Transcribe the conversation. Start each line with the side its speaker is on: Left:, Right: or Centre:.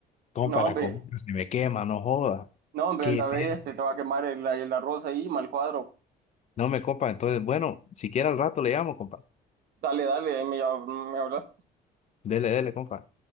Left: Compa,
Right: No,
Left: la
Right: hombre,
Left: comida se me quema, no joda.
Right: no, hombre,
Left: Qué
Right: anda, ve,
Left: bien.
Right: se te va a quemar el, el arroz ahí, mal cuadro.
Left: No me, compa. Entonces, bueno, si quiere al rato le llamo, compa.
Right: Dale, dale, ahí me, ya- me hablas.
Left: Dele, dele, compa.